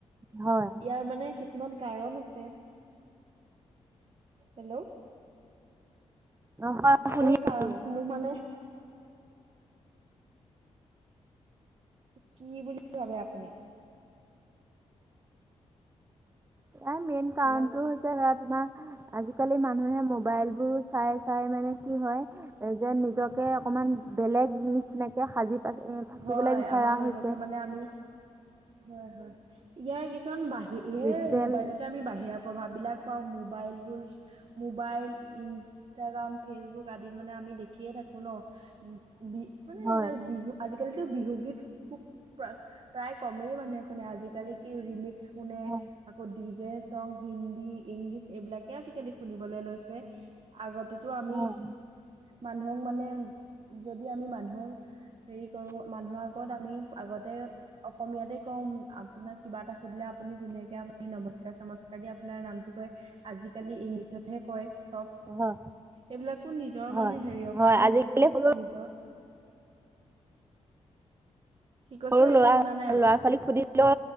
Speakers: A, on the right (about 20°); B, on the right (about 50°).
A: হয়
B: ইয়াৰ মানে কিছুমান কাৰণ আছে। হেল্ল'।
A: অ হয় শুনি
B: এই কাৰণসমূহ
A: আছো
B: মানে। কি বুলি ভাবে আপুনি?
A: এ মেন কাৰণটো
B: হেল্ল'
A: হৈছে সেয়া তোমাৰ। আজিকালি মানুহে মোবাইল বোৰ চাই চাই মানে কি হয় যে নিজকে অক। মান বেলেগ নিচিনাকে সাজি। পাচি থাকিবলৈ
B: হয়
A: বিচৰা
B: আমাৰ নিজকে
A: হৈছে
B: মানে আমি হয় হয় ইয়াৰ। কিছমান বাহি সে
A: ডিজিটেল
B: মোবাইলতে আমি বাহিৰা প্ৰভাৱবিলাক। পাওঁ মবাইল মোবাইল ইনষ্টাগ্ৰাম ফেচবুক আদিত মানে আমি দেখিয়ে থাকোঁ। শুনক বি মানে
A: হয়
B: এইবিলাক
A: হয়
B: বিহু আজিকালিতো বিহুগীত খুব প্ৰাক। প্ৰায় কমেই মানুহে শুনে আজিকালি কি ৰিমিক্স শুনে
A: হয়
B: আকৌ D J song, Hindi, English এইবিলাকে আজিকালি শুনিবলৈ লৈছে, আগ ততো আমি
A: হয়
B: মানুহক মানে যদি আমি মানুহক হেৰি কৰো মানুহৰ আগত আমি আগতে অসমীয়াতে কম আপোনাক কিবা এটা সুধিলে আপু আপুনি ধুনীয়াকে আপুনি নমস্কাৰ- চমস্কাৰ দি আপোনাৰ নামটো কয় আজিকালি ইংলিছতহে কয়। চব,
A: হয়
B: এইবিলাকো নিজৰ
A: হয়
B: মানে হেৰিয়ৰ
A: হয়
B: কাৰণে
A: আজিকালি
B: হৈছে
A: সৰু
B: নিজৰ <unintelligible> কি কৈছে
A: সৰু
B: একো
A: লৰা
B: শুনা নাই
A: ল'ৰা ছোৱালীক সুধিলেও